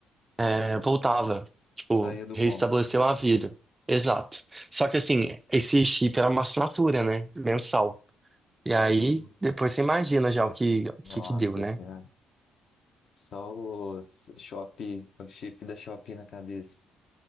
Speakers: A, on the right; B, on the left.
A: é, voltava, tipo,
B: saiu do
A: reestabeleceu
B: como.
A: a vida. Exato. Só que assim, esse chip era uma assinatura, né? Mensal. E aí,
B: Hum,
A: depois você imagina já o que, o que
B: Nossa
A: que deu, né?
B: senhora, só o s- Shopee, o chip da Shopee na cabeça.